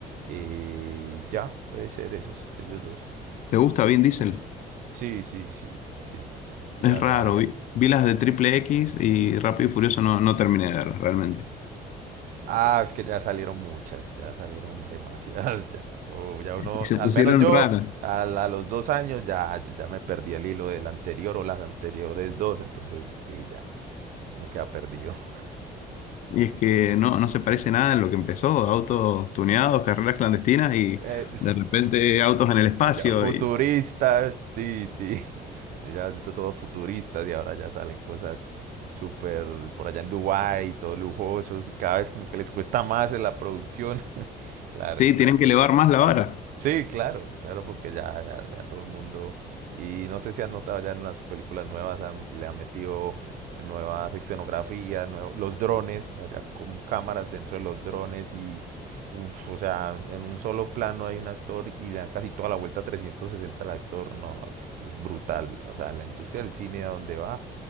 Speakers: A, on the right; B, on the left.
A: y ya, puede ser esos, ellos dos.
B: ¿Te gusta Vin Diesel?
A: Sí, sí, sí, sí. Y
B: Es
A: a
B: raro.
A: raíz-
B: Vi, vi las de Triple X y Rápido y Furioso no, no terminé de verlas realmente.
A: Ah, es que ya salieron muchas, ya salieron demasiadas, <laughs> ya. Oh, ya uno,
B: Y se
A: al
B: pusieron
A: menos yo,
B: raras.
A: a, la- a los dos años ya, yo ya me perdí el hilo del anterior o las anteriores dos, entonces sí, ya, uno queda perdido. <laughs>
B: Y es que no, no se parece nada en lo que empezó. Autos tuneados, carreras clandestinas y
A: Eh,
B: de repente autos en el espacio
A: Ya, futuristas, sí, sí. <laughs> Ya, to- todos futuristas y ahora ya salen cosas súper por allá en Dubái, todos lujosos y cada vez como que les cuesta más en la producción. <laughs> Claro,
B: Sí,
A: claro.
B: tienen que elevar más la vara.
A: Sí, claro, claro, porque ya, ya, ya todo el mundo, y no sé si han notado ya en las películas nuevas, han- le han metido nuevas escenografías, nuevo- los drones, allá con cámaras dentro de los drones y, uf, o sea, en un solo plano hay un actor y le dan casi toda la vuelta 360 al actor, no, es brutal, o sea, la industria del cine a donde va,